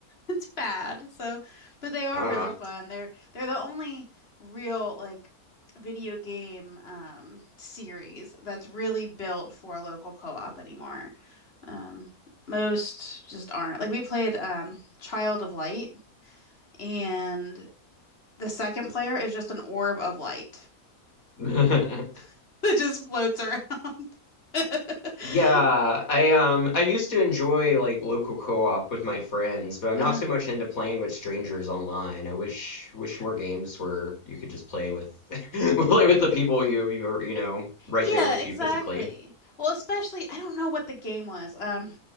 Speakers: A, on the left; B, on the left.
A: It's bad. So, but they are
B: ah.
A: really fun. They're they're the only real like video game um series that's really built for a local co-op anymore. Um most just aren't. Like we played um Child of Light and the second player is just an orb of light
B: <laughs>
A: <laughs> that just floats around. <laughs>
B: Yeah, I um I used to enjoy like local co-op with my friends, but I'm
A: Uh-huh.
B: not so much into playing with strangers online. I wish wish more games where you could just play with <laughs> play with the people you you're you know right
A: Yeah,
B: there with
A: exactly.
B: you physically.
A: Well, especially I don't know what the game was. Um,